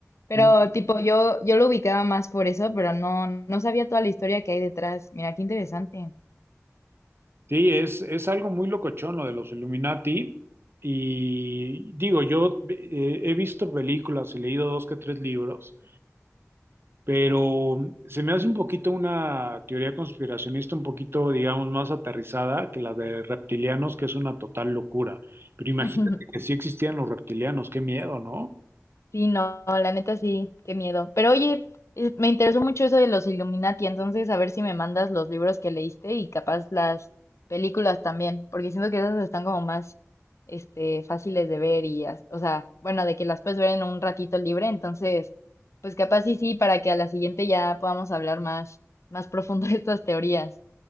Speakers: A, on the left (about 60°); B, on the right (about 45°).
A: pero
B: ¿no?
A: tipo yo yo lo ubicaba más por eso, pero no no sabía toda la historia que hay detrás. Mira, qué interesante.
B: Sí, es, es algo muy locochón lo de los Illuminati. Y digo, yo eh, he visto películas, he leído dos que tres libros, pero se me hace un poquito una teoría conspiracionista, un poquito, digamos, más aterrizada que la de reptilianos, que es una total locura. Pero imagínate
A: <laughs>
B: que sí existían los reptilianos, qué miedo, ¿no?
A: Sí, no, la neta sí, qué miedo. Pero oye, eh, me interesó mucho eso de los Illuminati, entonces a ver si me mandas los libros que leíste y capaz las películas también, porque siento que esas están como más, este, fáciles de ver y, as- o sea, bueno, de que las puedes ver en un ratito libre, entonces, pues capaz sí, sí, para que a la siguiente ya podamos hablar más, más profundo de estas teorías.